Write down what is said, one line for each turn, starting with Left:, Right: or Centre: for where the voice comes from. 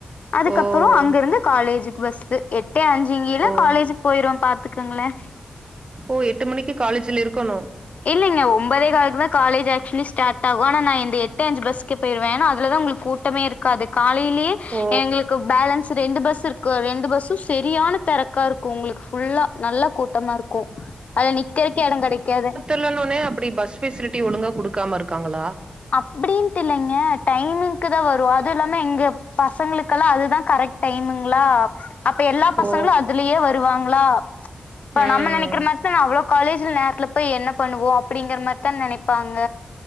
Left: அதுக்கப்புறோ
Right: ஓ
Left: அங்கிருந்து காலேஜுக்கு பஸ் சு எட் டு அஞ்சுங்கில காலேஜ்
Right: ஓ
Left: போயிரு பாத் த்துக்குங்களே
Right: ஓ எட்டு மணிக்கு காலேஜ்ல இருக்கணு
Left: இல்லைங்க ஒபதே காலுக் தா காலேஜ் ஆக்சுவலி ஸ்டாட் ஆகு ஆன நா இந்த எட்டு அஞ்சு பஸ்கே போயிருவ ஏன்னா அதுல தா உங்ளுக்கு கூட்டமே இருக்காது காலை லிலி
Right: ஓ!
Left: எங்களுக்கு பேலன்ஸ் சு ரெண்டு பஸ் இருக்கு ரெண்டு பஸ்ஸும் செரியான தரக்கா இருக்கும் உங்குளுக்கு ஃபுல்லா நல்லா கூட்டமா இருக் க்கும் அது நிக்கேறக்கே எடோம் கெடைக்காது
Right: இல்லனோனே அப்புடி பஸ் ஃபெசிலிட்டி ஒழுங்கா குடுக்காம இருக்காங்களா
Left: அப்புடின்ட்டு இல்லைங்க டைமிங்க்கு தா வரும் அது இல்லாமே எங்க பசங்களுக்கல்லா அதுதா கரெக்ட் டைமுங்களா அப்ப எல்லா பசங்களும்
Right: ஓ!
Left: அதுலயே வருவாங் ங்களா இப்ப
Right: ம்.
Left: நம்ம நெனைக்கிற மாரி தா அவளோ காலேஜ்ல நேரத்துல போய் என்னப் பண்ணுவோ அப்புடிங்கற மாரி தா நெனைப்பாங்க